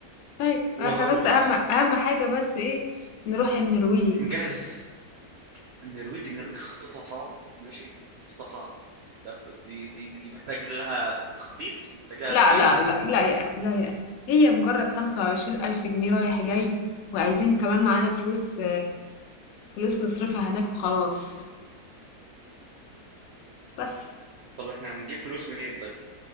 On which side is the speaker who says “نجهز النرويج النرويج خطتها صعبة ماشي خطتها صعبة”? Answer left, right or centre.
Right